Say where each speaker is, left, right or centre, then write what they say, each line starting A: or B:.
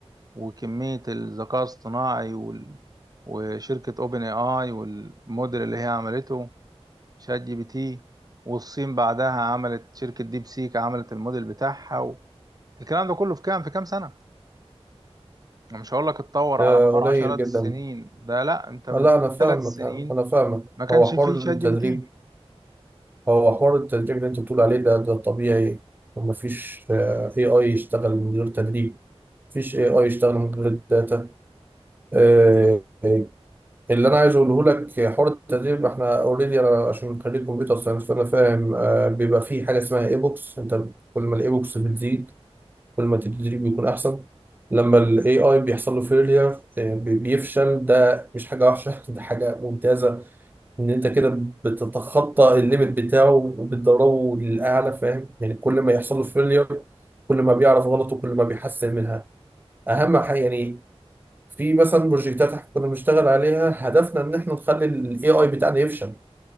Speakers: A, on the right (about 35°); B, on the right (about 20°).
A: وكمية الذكاء الاصطناعي وال... وشركة اوبن اي اي والموديل اللي هي عملته شات جي بي تي والصين بعدها عملت شركة ديب سيك عملت الموديل بتاعها و... الكلام ده كله في كام في كام سنة أنا مش هقول لك اتطور على
B: آه،
A: مدار
B: قليل
A: عشرات
B: جدا
A: السنين ده لا انت من
B: آه، لا انا فاهمك
A: ثلاث سنين
B: انا أنا فاهمك
A: ما كانش
B: هو
A: فيه
B: حوار
A: شات
B: التدريب
A: جي بي تي
B: هو حوار التدريب اللي انت بتقول عليه ده ده طبيعي ومفيش اي اي يشتغل من غير تدريب مفيش اي اي يشتغل من غير الداتا آه، آه، اللي انا عايز اقوله لك حوار التدريب احنا اوريدي انا عشان خريج كمبيوتر ساينس فانا فاهم آه، بيبقى في حاجه اسمها اي بوكس انت كل ما الاي بوكس بتزيد كل ما التدريب بيكون احسن لما الاي اي بيحصل له فيلير بيفشل ده مش حاجه وحشه <laughs> ده حاجه ممتازه ان انت كده بتتخطى الليميت بتاعه وبتدربه للاعلى فاهم يعني كل ما يحصل له فيلير كل ما بيعرف غلطه كل ما بيحسن منها اهم حاجه يعني في مثلا بروجكتات احنا كنا بنشتغل عليها هدفنا ان احنا نخلي الاي اي بتاعنا يفشل